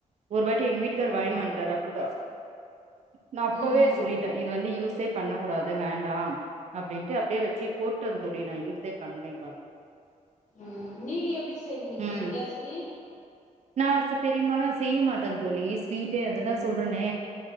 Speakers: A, on the right (about 55°); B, on the left (about 65°).
A: ஒரு வாட்டி எங்க வீட்டுகார்
B: அப்டிங்களா
A: வாயின் வந்ட்டாரு அப்டிதா நா அப்பவே
B: ம் ம்
A: சொல்லிட்ட
B: ம்
A: இது வந்து யூஸே பண்ண கூடாது வேண்டாம் அப்டின்ட்டு அப்டியே வெச்சு போட்ட தோழி நா யூஸே பண்ணலப்பா
B: ம் நீங்க எப்டி செய்வீங்க
A: ம்
B: தோழி கேசரி
A: நா பெருபாலும் செய்ய மாட்டேன் தோழி ஸ்வீட்டே அததா சொல்றனே